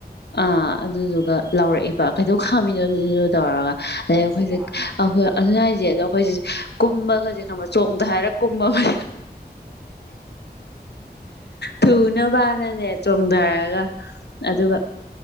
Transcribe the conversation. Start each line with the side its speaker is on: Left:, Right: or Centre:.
Left: ꯑ ꯑꯗꯨꯗꯨ ꯂꯧꯥꯎꯔꯛꯏꯕ
Right: ꯉꯝꯃꯦ
Left: ꯀꯩꯗꯧ ꯈꯥꯝꯃꯤꯅꯣꯅꯣ ꯇꯧꯔꯒ
Right: ꯀꯠꯆꯔꯥ
Left: ꯑꯗꯗꯒꯤꯩ ꯑꯩꯈꯣꯏꯁꯦꯈ ꯑꯗꯨꯅꯏꯁꯦ ꯑꯗꯣ ꯑꯩꯈꯣꯏꯁꯤ ꯀꯨꯝꯕꯒꯁꯦ ꯈꯔꯕ ꯆꯣꯡꯗ ꯍꯥꯏꯔꯛ ꯀꯨꯝꯃ ꯐ ꯊꯨꯅꯕꯅꯅꯦ ꯆꯣꯡꯗ ꯍꯥꯏꯒ
Right: ꯎꯝ
Left: ꯑꯗꯨꯒ